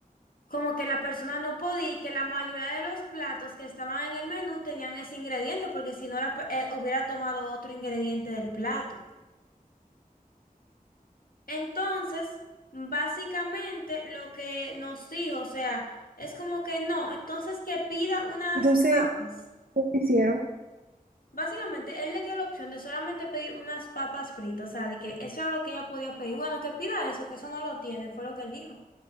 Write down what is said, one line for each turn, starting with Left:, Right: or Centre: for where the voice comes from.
Left: como que la persona no podía y que la mayoría de los platos que estaban en el menú tenían ese ingrediente, porque si no la pe- eh, hubiera tomado otro ingrediente del plato. Entonces, básicamente lo que nos dijo, o sea, es como que no, entonces que pida unas
Right: Entonces,
Left: papas.
Right: ¿qué hicieron?
Left: Básicamente, él le dio la opción de solamente pedir unas papas fritas, o sea, de que eso era lo que ella podía pedir. Bueno, que pida eso, que eso no lo tiene, fue lo que él dijo.